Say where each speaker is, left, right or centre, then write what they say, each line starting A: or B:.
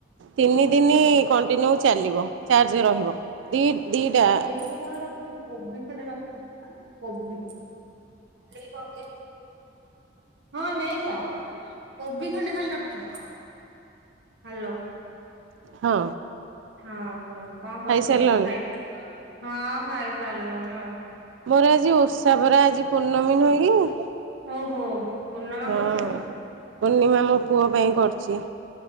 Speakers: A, on the right; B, on the right.
A: ତିନି ଦିନି କଣ୍ଟିନ୍ୟୁ ଚାଲିବ ଚାର୍ଜ ରହିବ ଦି ଦିଟା।
B: ହେଇଥିରୁ କଣ ରଖିମି କୋବି ଖଣ୍ଡେ ରଖ କୋବି। ଲେଇ ପଗିନ୍ ହଁ ନେଇଯା କୋବି ଖଣ୍ଡେ ଖାଲି ରଖିଥା ହାଲୋ।
A: ହଁ।
B: ହଁ କୁହନ୍ତୁ କଣ କରଥୁଲେ
A: ଖାଇସାରିଲଣି
B: ଖାଇ ହଁ ଖାଇସାରିଲୁଣି ଆଉ।
A: ମୋର ଆଜି ଓଷା ପରା ଆଜି ପୂର୍ଣ୍ଣମୀ ନୁହଁ କି?
B: ଓହୋ। ପୂର୍ଣ୍ଣମା
A: ହଁ
B: କରୁଛନ୍ତି
A: ପୂର୍ଣ୍ଣିମା ମୋ ପୁଅ ପାଇଁ କରଚି।